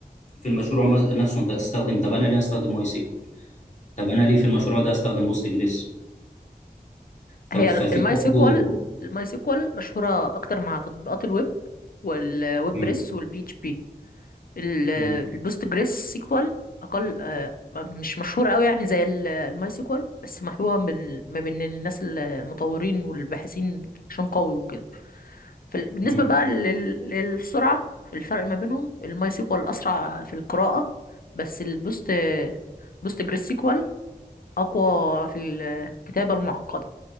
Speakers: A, on the left (about 45°); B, on the left (about 65°).
A: في المشروع مز- نفسه انت هتستخدم طب انا ليه استخدم ماي سيكوال؟ طب انا ليه في المشروع ده استخدم بوست جريس ف-
B: هي
A: ففي
B: الماي
A: برضه
B: سيكوال الماي سيكوال مشهورة أكتر مع تطبيقات الويب والويب بريس
A: مم،
B: والبي اتش بي البوست
A: مم،
B: جريس سيكوال أقل آه، مش مشهورة أوي يعني زي الماي سيكوال بس محبوبة بال- ما بين الناس المطورين والباحثين عشان قوي وكده فال- بالنسبة
A: مم،
B: بقى لل- للسرعة الفرق ما بينهم الماي سيكوال أسرع في القراءة بس البوست بوست جريس سيكوال أقوى في الكتابة المعقدة